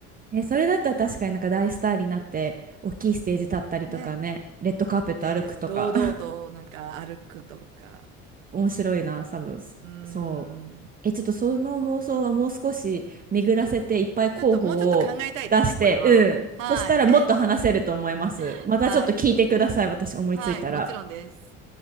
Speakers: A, on the right; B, on the right.
A: え、それだったら確かになんか大スターになって大きいステージ立ったりとかねレッドカーペット歩くとか
B: ね。立って堂々となんか歩くとか。
A: 面白いな、多分。
B: うー
A: そう。
B: ん。
A: え、ちょっとその妄想はもう少し巡らせていっぱい候補を出して、
B: ちょっともうちょっと考えたいですね、これは。
A: うん。
B: はい。
A: そしたらもっと話せると思います。
B: <laughs>
A: またちょっと聞いてください、
B: はい。
A: 私思いついたら。
B: はい、もちろんです。